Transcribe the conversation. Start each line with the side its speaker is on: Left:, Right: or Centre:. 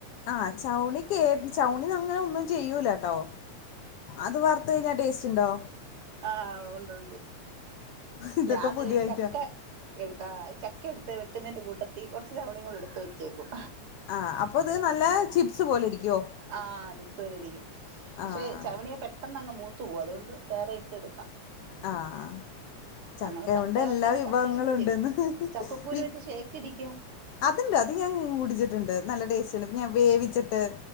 Left: ആ ചൗണി കേ ചൗണി അങ്ങനെ ഒന്നും ചെയ്യൂലാട്ടോ. അത് വർത്തയിഞ്ഞാ ടേസ്റ്റ്ണ്ടോ.
Right: ആഹ് ഒണ്ടൊണ്ട്
Left: ഇതൊക്കെ
Right: ഞാന്
Left: പുതിയ
Right: തര ഈ
Left: ഐറ്റാ
Right: ചക്ക. എടുത്താ ചക്ക എടുത്ത് വെക്കുന്നേന്റെ കൂട്ടത്തി കൊറച്ച് ചവണീ കൂടെ എടുത്ത് വെച്ചേക്കും.
Left: ആഹ് അപ്പൊത് നല്ല ചിപ്സ് പോലെ ഇരിക്ക്യോ.
Right: ആഹ് ചിപ്സ് പോലിരിക്കും പക്ഷെ
Left: ആഹ്
Right: ചവണിയെ പെ പെട്ടെന്ന് അങ് മൂത്തു പോവും അതുകൊണ്ട് വേറെ ഇട്ടെടുക്കാം.
Left: ആഹ്. ചക്ക്യോണ്ട്
Right: അങ്ങനെ ചക്കയായിക്കഴിഞ്ഞാ
Left: എല്ലാ വിഭവങ്ങളും
Right: ചക്കയുടെ കാര്യായി.
Left: ഉണ്ടന്ന്.
Right: ചക്കക്കുരു
Left: വി
Right: വെച്ച് ഷേക്കടിക്കാ.
Left: അത്ണ്ട് അത് ഞാൻ കുടിച്ചിട്ടുണ്ട് നല്ല ടേസ്റ്റ്ണ്ട് ഞാൻ വേവിച്ചിട്ട്.